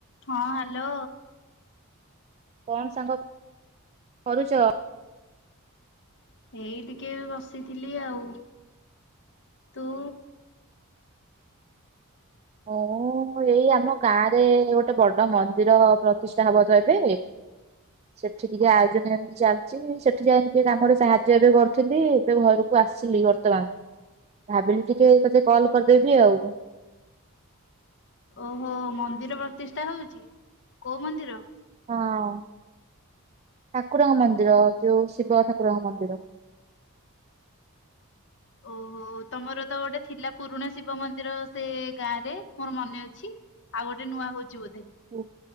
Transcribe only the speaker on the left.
ହଁ ହ୍ୟାଲୋ।
ହେଇ ଟିକେ ବସିଥିଲି ଆଉ ତୁ?
ଓହୋ ମନ୍ଦିର ପ୍ରତିଷ୍ଠା ହଉଛି କୋଉ ମନ୍ଦିର?
ଓହୋ ତମର ତ ଗୋଟେ ଥିଲା ପୁରୁଣା ଶିବ ମନ୍ଦିର ସେ ଗାଁରେ ମୋର ମନେ ଅଛି। ଆଉ ଗୋଟେ ନୂଆ ହଉଛି ବୋଧେ।